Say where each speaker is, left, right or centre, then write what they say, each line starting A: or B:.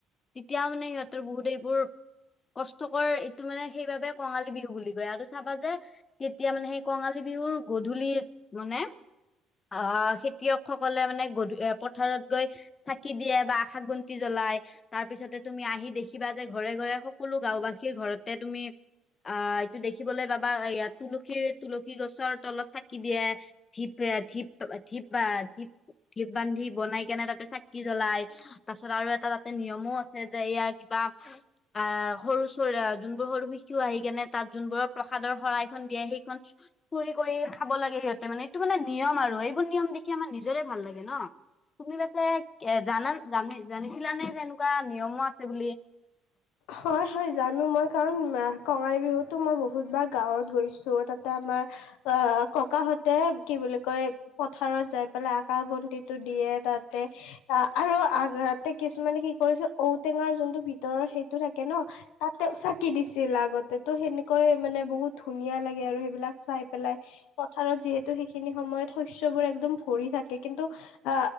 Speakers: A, on the left; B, on the left.
A: তেতিয়া মানে সিহঁতৰ বহুত এইবোৰ কষ্টকৰ এইটো মানে সেইবাবে কঙালী বিহু বুলি কয়। আৰু চাবা যে তেতিয়া মানে সেই কঙাল কাতি বিহুৰ গধূলিত মানে অ' খেতিয়কসকলে মানে গধূলি পথাৰত গৈ চাকি দিয়ে বা আশাক বন্তি জ্বলাই। লাইট তাৰ পিছতে তুমি আহি দেখিবা যে ঘৰে ঘৰে সকলো গাওবাসীৰ ঘৰতে তুমি অ' এইটো দেখিবলৈ পাবা ইয়াত তুলসী তুলসী গছৰ তলত চাকি দিয়ে। ধিপ ধিপ পি প ধিপ বান্ধি বনাই কেনে তাতে চাকি জ্বলাই। তাৰ পাছত আৰু এটা তাতে নিয়মো আছে যে এয়া কিবা আহ সৰু চ যোনবোৰ সৰু শিশু আহি কেনে তাত যোনবোৰৰ প্ৰসাদৰ শৰাইখন দিয়ে সেইখন চুৰি কৰি খাব লাগে সিহঁতে মানে এইটো মানে নিয়ম আৰু এইবোৰ নিয়ম দেখি আমাৰ নিজৰে ভাল লাগে ন। তুমি পাছে জানা জানি জানিছিলানে যে এনেকুৱা নিয়মো আছে বুলি?
B: হয়, হয় জানো মই কাৰণ কঙালী বিহুতো মই বহুত বাৰ গাঁৱত গৈছোঁ তাত এ আমাৰ অ' ককাহতে কি বুলি কয় পথাৰত যায় আকাশ বন্তি টো দিয়ে তাত। অ আৰু আগতে কিছুমানে কি কৰিছিল ঔটেঙাৰ যোনটো ভিতৰৰ সেই থাকে ন তাতে চাকি দিছিল আগতে তো সেনেকৈ মানে বহুত ধুনীয়া লাগে আৰু সেইবিলাক চাই পেলায় পথাৰত যিহেতু সেই খিনি সময়ত শস্য বোৰ একদম ভৰি থাকে। কিন্তু আ